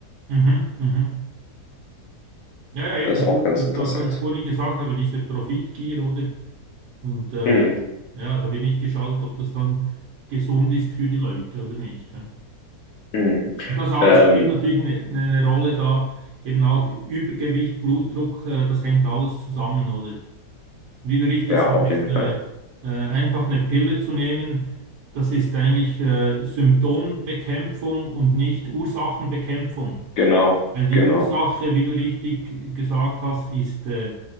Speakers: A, on the right; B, on the left.
A: mhm, mhm. Ja, ja, eben,
B: Das
A: das,
B: ist auch
A: ist-
B: ganz
A: das,
B: interessant.
A: das, was ich vorhin gesagt habe, diese Profitgier, oder? Und äh,
B: Mhm.
A: ja, da wird nicht geschaut, ob das dann gesund ist für die Leute oder nicht. hä?
B: Mhm.
A: Und das alles
B: Ähm,
A: spielt natürlich eine, eine Rolle da, eben auch Übergewicht, Blutdruck, äh, das hängt alles zusammen, oder? Wie du richtig
B: Ja,
A: sagst,
B: auf jeden
A: äh,
B: Fall.
A: äh, einfach eine Pille zu nehmen, das ist eigentlich äh, Symptombekämpfung und nicht Ursachenbekämpfung.
B: Genau,
A: Weil die
B: genau.
A: Ursache, wie du richtig gesagt hast, ist äh,